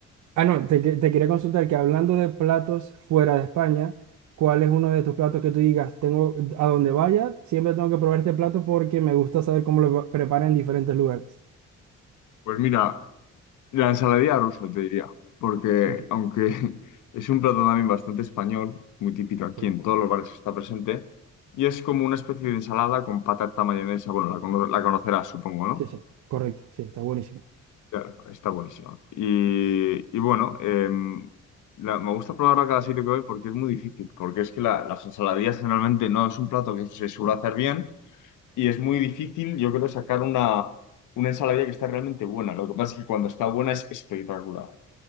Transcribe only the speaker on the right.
Ah, no, te, que- te quería consultar que hablando de platos fuera de España, ¿cuál es uno de tus platos que tú digas, tengo, a donde vaya, siempre tengo que probar este plato porque me gusta saber cómo lo preparan en diferentes lugares?
Ok,
sí,
sí, sí. Correcto, sí, está buenísimo.